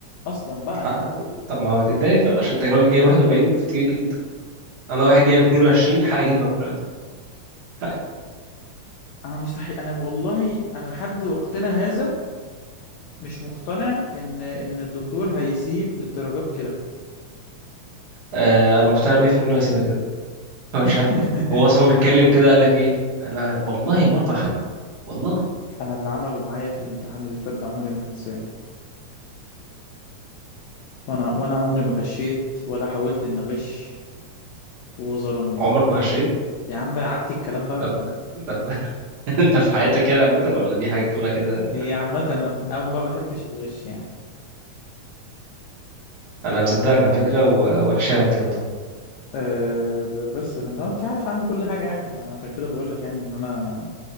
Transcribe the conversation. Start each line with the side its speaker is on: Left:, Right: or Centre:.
Left: أصلا بقى
Right: حق.
Left: يعني
Right: طب ما هو تتضايق فعلا عشان انت راجل جايب 41 المفروض تجيب جدا انا واحد جايب 22 حق اجيب مقبول عادي حقي
Left: أنا مستحيل أنا والله أنا لحد وقتنا هذا مش مقتنع ان ان الدكتور هيسيب الدرجات كده
Right: آه انا مقتنع 100% انه هيسيبها كده هو مش
Left: <laughs>
Right: عارف هو اصلا هو بيتكلم كده قال لك ايه انا والله ما ارفع حد والله
Left: انا اللي عمله معايا في الامتحان اللي فات ده عمري ما هنساه وانا وانا عمري ما غشيت ولا حاولت ان اغش وهو ظلمني
Right: عمرك ما رشيت
Left: يا عم عدي الكلام بقى
Right: ده ده ده <laughs> انت في حياتك يعني عامة ولا دي حاجة بتقولها كده
Left: دي عامة انا او ما بحبش الغش يعني
Right: انا مصدقك على فكرة و... وانا شايف الكلام ده
Left: أه ب- بس انا انت عارف عندي كل حاجة يعني فانا عشان كده بقول لك يعني ان انا